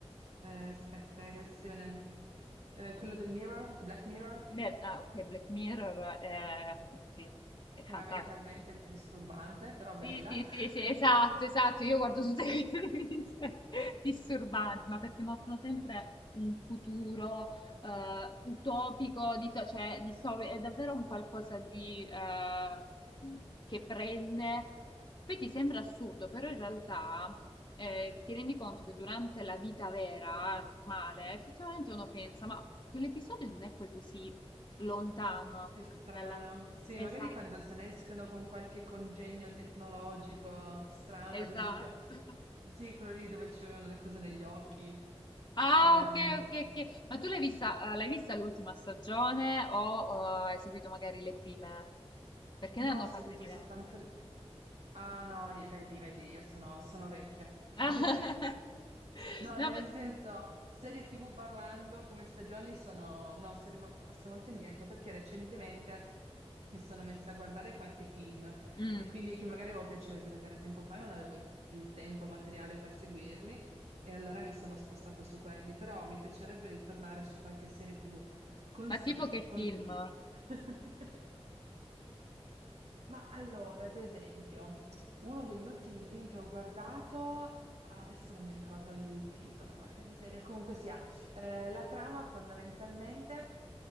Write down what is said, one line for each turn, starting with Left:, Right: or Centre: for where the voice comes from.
Right: eh, aspetta, eh, che adesso si viene- eh, quello del Mirror, Black Mirror,
Left: Beh, ah, ok, Black Mirror è, sì, è fantastico.
Right: che era mentalmente disturbante, però bella.
Left: Sì, sì, sì, sì, esatto,
Right: <laughs>
Left: esatto. Io guardo tutte queste serie <laughs> disturbanti, ma perché mostrano sempre un futuro eh, utopico, di, so, cioè distopico. È davvero un qualcosa di, eh, che prende. Poi ti sembra assurdo, però in realtà eh, ti rendi conto che durante la vita vera, normale, effettivamente uno pensa, ma quell'episodio non è poi così lontano
Right: Così strano.
Left: dalla...
Right: Sì,
Left: Esatto,
Right: magari quando se ne escono con qualche congegno tecnologico strano,
Left: esatto.
Right: ad esempio,
Left: <laughs>
Right: sì, quello lì dove c'erano le cose negli occhi.
Left: Ah,
Right: Ehm,
Left: ok, ok, ok. Ma tu l'hai vista, eh, l'hai vista l'ultima stagione o eh, hai seguito magari le prime? Perché
Right: no,
Left: ne hanno
Right: ho seguito
Left: fatte diverse.
Right: soltanto. Ah no, io- vedi, vedi, io sono, sono vecchia. <laughs>
Left: <laughs>
Right: No,
Left: No,
Right: nel
Left: ma...
Right: senso, serie TV parlando come stagioni sono... No, sono rimasta molto indietro perché recentemente mi sono messa a guardare qualche film
Left: Mm.
Right: e quindi che magari avevo piacere di vedere tempo fa, non avevo il, il tempo materiale per seguirli e allora mi sono spostata su quelli, però mi piacerebbe ritornare su qualche serie TV. Consigli,
Left: Ma tipo che
Right: consigli.
Left: film?
Right: <laughs> Ma allora, ad esempio, uno degli ultimi film che ho guardato, adesso non mi ricordo il titolo, porca miseria, comunque sia, eh, la trama fondamentalmente